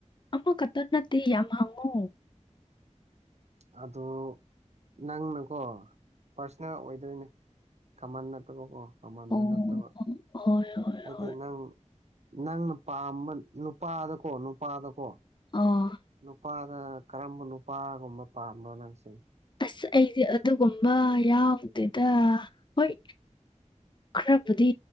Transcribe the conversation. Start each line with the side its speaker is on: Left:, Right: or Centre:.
Left: ꯑꯃꯈꯛꯇ ꯅꯠꯇꯦ ꯌꯥꯝ ꯍꯥꯡꯉꯣ
Right: ꯑꯗꫭ ꯅꯪꯅꯀꯣ ꯄꯥꯔꯁꯅꯦꯜ ꯑꯣꯏꯗꯣꯏꯅꯦ ꯀꯃꯟ ꯅꯠꯇꯕ ꯀꯣ ꯀꯃꯟꯗꯨ
Left: ꯑꯣ
Right: ꯅꯠꯇꯕ
Left: ꯍꯣꯏ ꯍꯣꯏ
Right: ꯍꯥꯏꯗꯤ
Left: ꯍꯣꯏ
Right: ꯅꯪ ꯅꯪꯅ ꯄꯥꯝꯕ ꯅꯨꯄꯥꯗꯀꯣ ꯅꯨꯄꯥꯗꯀꯣ
Left: ꯑꯣ
Right: ꯅꯨꯄꯥꯗ ꯀꯔꯝꯕ ꯅꯨꯄꯥꯒꯨꯝꯕ ꯄꯥꯝꯕ ꯅꯪꯁꯤꯡ
Left: ꯑꯁ ꯑꯩꯗꯤ ꯑꯗꯨꯒꯨꯝꯕ ꯌꯥꯎꯗꯦꯗ ꯍꯣꯏ ꯈꯔꯕꯨꯗꯤ